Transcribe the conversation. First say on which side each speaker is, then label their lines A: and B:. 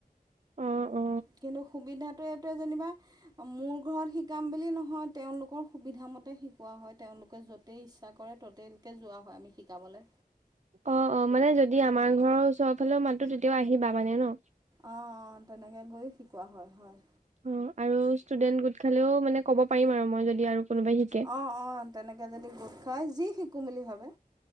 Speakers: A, on the right (about 50°); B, on the right (about 25°).
A: অ
B: উম
A: অ
B: কিন্তু সুবিধটো এইটোৱে যেনিবা
A: <inaudible>
B: মোৰ শিকাম বুলি নহয় তেওঁলোকৰ সুবিধা মতে শিকোৱা হয় তেওঁলোকে য'তেই ইচ্ছা কৰে ততেই লোকে যোৱা হয় আমি শিকাবলে।
A: অ অ মানে যদি আমাৰ ঘৰৰ ওচৰৰ ফালেও মাতো তেতিয়াও আহিবা মানে ন?
B: আহ অ তেনেকে গৈও শিকোৱা হয় হয়।
A: অ আৰু ষ্টুডেন্ট গোট খালেও মানে ক'ব পাৰিম আৰু মই যদি আৰু কোনোবাই শিকে
B: অ অ তেনেকে যদি গোট খাই যি শিকো বুলি ভাবে।